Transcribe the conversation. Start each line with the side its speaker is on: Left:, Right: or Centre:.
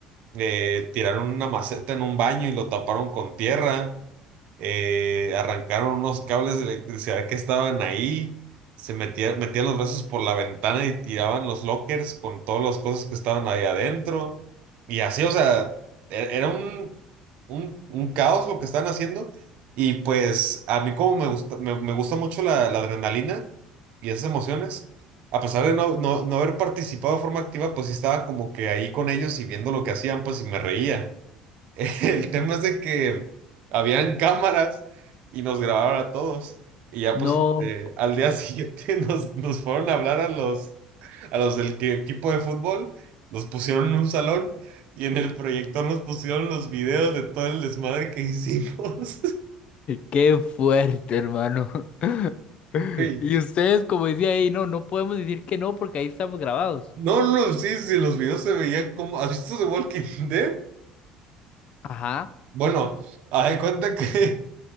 Right: eh, tiraron una maceta en un baño y lo taparon con tierra eh, arrancaron unos cables de electricidad que estaban ahí, se metían, metían los brazos por la ventana y tiraban los lockers con todas las cosas que estaban ahí adentro. Y así, o sea, e- era un, un, un caos lo que estaban haciendo. Y pues a mí como me gusta, me, me gusta mucho la, la adrenalina y esas emociones, a pesar de no, no, no haber participado de forma activa, pues sí estaba como que ahí con ellos y viendo lo que hacían, pues y me reía. <laughs> El tema es de que habían cámaras y nos grabaron a todos. Y ya
Left: No,
Right: pues este, al día siguiente <laughs> nos, nos fueron a hablar a los, a los del que- equipo de fútbol, nos pusieron en un salón y en el proyector nos pusieron los videos de todo el desmadre que hicimos.
Left: qué fuerte, hermano. <laughs>
Right: <laughs> Güey.
Left: Y ustedes, como decía ahí, no, no podemos decir que no porque ahí estamos grabados.
Right: No, no, no, sí, sí, los videos se veían como... ¿Has visto The Walking Dead?
Left: Ajá.
Right: Bueno, haz de cuenta que